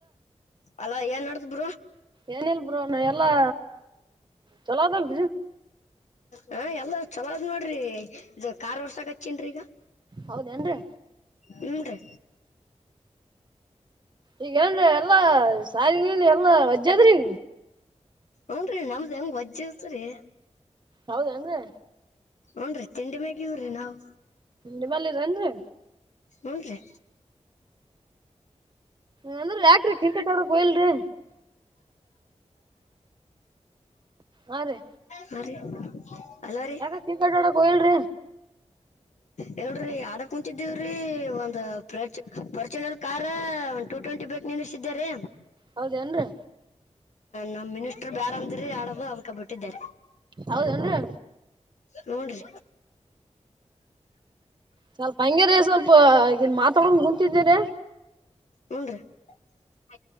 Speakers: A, on the left; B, on the right.
A: ಅಲೋ ಏನ್ ನಡದ್ ಬ್ರೋ.
B: ಏನಿಲ್ಲಾ ಬ್ರೋ ಎಲ್ಲಾ ಚಲೋದಲ್.
A: ಹ ಎಲ್ಲ ಚಲೋದ್ ನೋಡ್ರಿ ಇದ್ ಕಾರ್ ವರ್ಸಕ ಹಚ್ನ್ರಿ ಈಗ.
B: ಹೌದೇನ್ರರಿ
A: ಹುನ್ರಿ
B: ಈಗ ಏನ್ರಿ ಎಲ್ಲಾ ಸಾಲಿಗಿಲಿ ಎಲ್ಲಾ ವಜ್ಜದ್ರಿ.
A: ಉಂಡ್ರಿ ನಮ್ದ್ ಹೆಂಗ ವಜ್ಜಾ ಇತ್ರಿ.
B: ಹೌದೇನ್ರಿ
A: ಹುನ್ರಿ ತಿಂಡಿ ಮೇಗಿವ್ರಿ ನಾವ್.
B: ನಿಮ್ಮಲ್ಲಿ ಇದನ್ರಿ
A: ಹುನ್ರಿ
B: ನಲ್ದು ಯಾಕ್ರಿ ಕ್ರಿಕಟೋಡಕ್ ಹೋಗಿಲ್ರಿ. ಹಾ ರೀ
A: ಹ ರೀ ಅಲೋ ರೀ
B: ಯಾಕ ಕ್ರಿಕೆಟ್ ಆಡಕ್ ಹೋಗಿಲ್ರಿ
A: ಹಿಳ್ರಿ ಆಡಕ್ ಕುಂತಿದೀವ್ರಿ. ಏ ಒಂದು ಪರ್ ಪರ್ಚುನಲ್ ಕಾರ ಒಂದು ಟೂ ಟ್ವೆಂಟಿ ಬೈಕ್ ನಿಲ್ಲಿಸಿದ್ದಾರೆ.
B: ಹೌದೇನ್ರೀ.
A: ನಮ್ ಮಿನಿಸ್ಟರ್ ಬ್ಯಾಡ್ ಅಂದ್ರಿ ಆಡಾದ ಅದ್ಕ ಬಿಟ್ಟಿದೆರಿ.
B: ಹೌದೇನ್ರಿ
A: ಹುನ್ರಿ
B: ಸ್ವಲ್ಪ ಹಂಗೆರಿ ಸ್ವಲ್ಪ ಈನ್ ಮಾತಡೋನ್ ಕುಂತಿದ್ದೆರಿ.
A: ಹುನ್ರಿ <unintelligible>